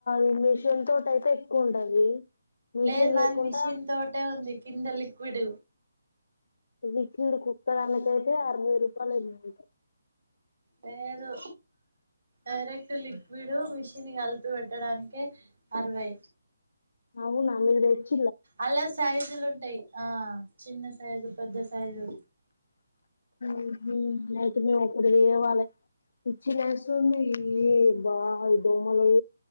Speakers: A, on the left; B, on the right.
A: ఈ మీషన్తో అయితే ఎక్కువ ఉంటది మీషన్
B: లేదు మాది
A: లేకుండా
B: మిషన్ తోటే ఉంది కింద లిక్విడ్
A: లిక్విడ్ కు పోతే అడ నూరు రూపాయలు అయిందట
B: లేదు డైరెక్ట్ లిక్విడ్ మిషన్ కలిపి పెట్టడానికి అరవై
A: అవునా మీరూ తెచ్చి
B: అలా సైజులు ఉంటాయి ఆ చిన్న సైజు పెద్ద సైజు
A: ఉహు ఓ <unintelligible> ఇప్పుడు ఏ వాళ్ళకు చినస్తుంది ఈ బాగా దోమలు